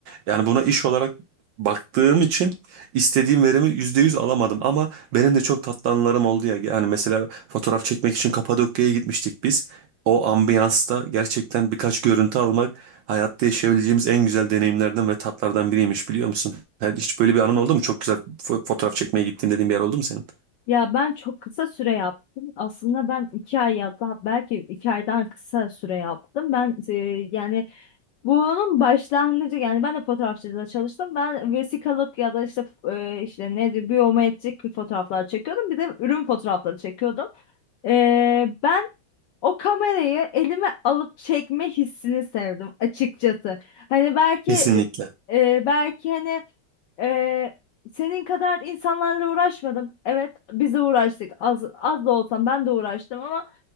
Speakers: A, on the right; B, on the left.
A: Yani buna iş olarak baktığım için istediğim verimi %100 alamadım. Ama benim de çok tatlı anılarım oldu ya. Yani mesela fotoğraf çekmek için Kapadokya'ya gitmiştik biz. O ambiyansta gerçekten birkaç görüntü almak hayatta yaşayabileceğimiz en güzel deneyimlerden ve tatlardan biriymiş biliyor musun? Yani hiç böyle bir anın oldu mu? Çok güzel fo- fotoğraf çekmeye gittim dediğin bir yer oldu mu senin?
B: Ya ben çok kısa süre yaptım. Aslında ben iki ay ya da belki iki aydan kısa süre yaptım. Ben e, yani bunun başlangıcı yani ben de fotoğrafçılıkta çalıştım. Ben vesikalık ya da işte e, işte nedir biyometrik fotoğraflar çekiyordum. Bir de ürün fotoğrafları çekiyordum. E, ben o kamerayı elime alıp çekme hissini sevdim açıkçası. Hani belki
A: Kesinlikle.
B: e, e, belki hani e, Senin kadar insanlarla uğraşmadım. Evet, biz de uğraştık. Az, az da olsam ben de uğraştım ama